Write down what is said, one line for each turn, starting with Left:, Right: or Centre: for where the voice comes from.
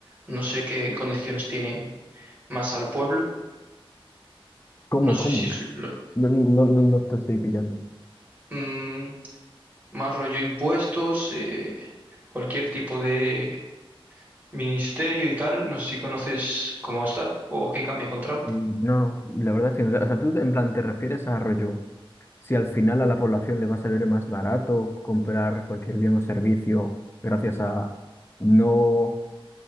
Right: No sé qué condiciones tiene más al pueblo.
Left: ¿Cómo,
Right: No
Left: cómo?
Right: sé si es lo-
Left: No, no, no, no te estoy pillando.
Right: mm, más rollo impuestos, eh, cualquier tipo de ministerio y tal. No sé si conoces cómo está o qué cambia con Trump.
Left: Y No, la verdad es que, no. o sea, tú en plan te refieres a rollo, si al final a la población le va a salir más barato comprar cualquier bien o servicio gracias a no